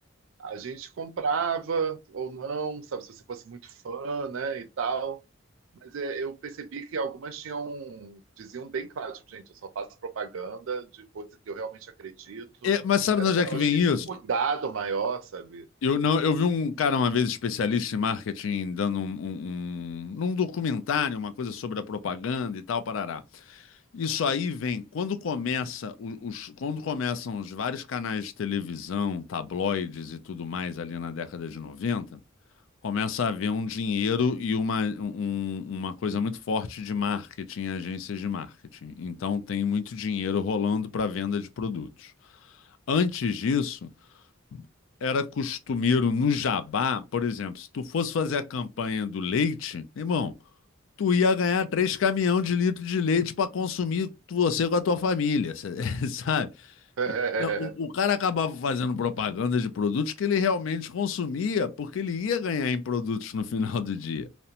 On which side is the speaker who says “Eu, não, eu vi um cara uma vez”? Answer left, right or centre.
Left